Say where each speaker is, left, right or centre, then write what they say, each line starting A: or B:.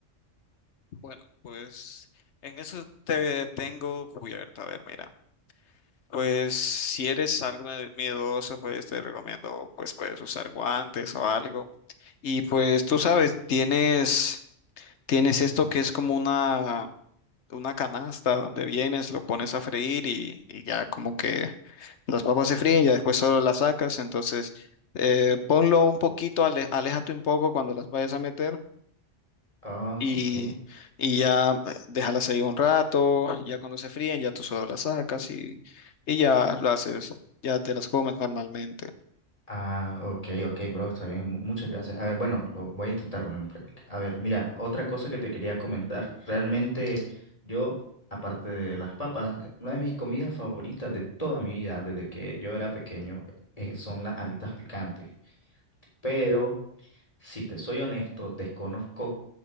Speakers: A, on the left; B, on the left.
A: Bueno, pues en eso te tengo cubierto. A ver, mira. Pues si eres algo me- miedoso, pues te recomiendo, pues puedes usar guantes o algo. Y pues tú sabes, tienes, tienes esto que es como una, una canasta donde vienes, lo pones a freír y, y ya como que las papas se fríen, ya después solo las sacas. Entonces, eh, ponlo un poquito, ale- aléjate un poco cuando las vayas a meter
B: Ah,
A: y,
B: ok.
A: y ya déjalas ahí un rato, ya cuando se fríen, ya tú solo las sacas y, y ya las haces, ya te las comes normalmente.
B: Ah, ok, ok, bro, está bien. mu- Muchas gracias. A ver, bueno, lo voy a intentar poner en práctica. A ver, mira, otra cosa que te quería comentar. Realmente yo, aparte de las papas, una de mis comidas favoritas de toda mi vida, desde que yo era pequeño, eh, son las alitas picantes. pero si te soy honesto, desconozco